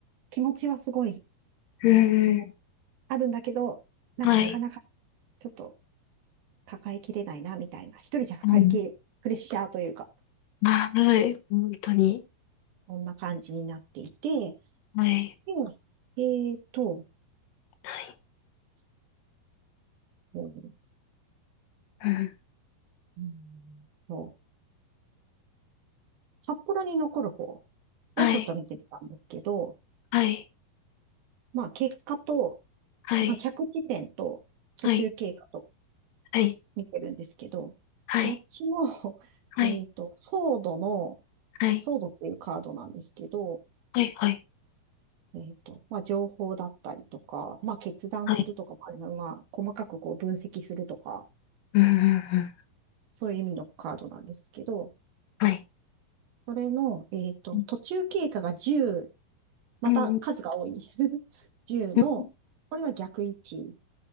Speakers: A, on the right; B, on the left.
A: 気持ちはすごい、
B: うんうん。
A: その、あるんだけど、なんかなかなか、
B: はい。
A: ちょっと抱えきれないな、みたいな。一人じゃ抱りきれ、
B: うん。
A: プレッシャーというか、
B: はい。本当に。
A: こんな感じになっていて、
B: はい。
A: で、えっと、
B: はい。
A: うん
B: うん。
A: うんと札幌に残る方をちょっと見てみたんですけど、
B: はい。はい。
A: まあ結果と、
B: はい。
A: まあ着地点と途中経過と
B: はい。はい。
A: 見てるんですけど、
B: はい。
A: どっちも、<laughs>
B: は
A: えっと、ソードの、
B: い。
A: ソードっていうカードなんですけど、
B: はい。はい。はい。
A: えっと、まあ、情報だったりとか、まあ、決断するとかもあるな、
B: はい。
A: まあ、細かくこう分析するとか、
B: うんうんうん。
A: そういう意味のカードなんですけど、
B: はい。
A: それの、えっと、
B: うん
A: 途中経過が10、また数が多い
B: うん
A: 10
B: うん、
A: <laughs> の、これは逆位置。